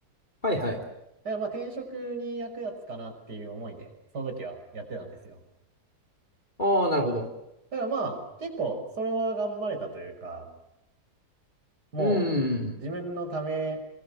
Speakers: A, on the left (about 30°); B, on the right (about 80°).
A: はいはい。
B: だからまあ転職に役立つかなっていう思いでその時はやってたんですよ。
A: ああ、なるほど。
B: だからまあ結構それは頑張れたというか、もう
A: うん。
B: 自分のため